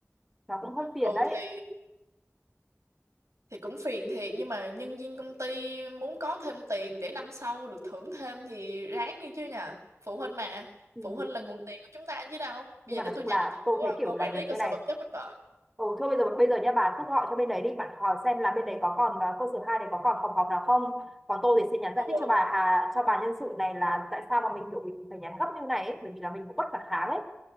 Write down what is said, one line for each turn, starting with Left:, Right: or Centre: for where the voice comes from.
Centre: Nó cũng hơi phiền
Right: Ừ
Centre: đấy
Right: thì thì cũng phiền thiệt nhưng mà nhân viên công ty muốn có thêm tiền để năm sau được thưởng thêm thì ráng đi chứ nhờ phụ huynh mà
Centre: ừ.
Right: phụ huynh là nguồn tiền của chúng ta chứ đâu bây
Centre: Nhưng
Right: giờ
Centre: mà
Right: để
Centre: nói
Right: tôi
Centre: chung
Right: nhắn
Centre: là
Right: thử
Centre: tôi thấy kiểu
Right: ờ,
Centre: làm
Right: quản
Centre: việc
Right: lý cơ
Centre: như
Right: sở
Centre: này
Right: vật chất bên bệnh
Centre: Ừ, thôi bây giờ bây giờ nha bà cứ gọi cho bên đấy đi bạn hỏi xem là bên đấy có còn à, cơ sở hai này có còn phòng họp nào không còn tôi thì sẽ nhắn giải
Right: ừ,
Centre: thích cho bà Hà cho bà nhân sự này là tại sao mà mình kiểu mình phải nhắn gấp như này ấy bởi vì là mình cũng bất khả kháng ấy